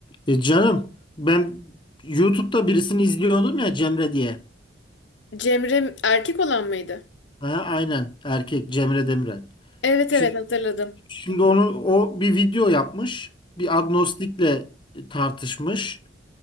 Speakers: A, on the left (about 25°); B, on the left (about 85°).
A: E canım ben YouTube'da birisini izliyordum ya Cemre diye.
B: Cemre erkek olan mıydı?
A: Ha, aynen erkek Cemre Demiren.
B: Evet
A: Şimdi,
B: evet hatırladım.
A: şimdi onu o bir video yapmış. Bir agnostikle tartışmış.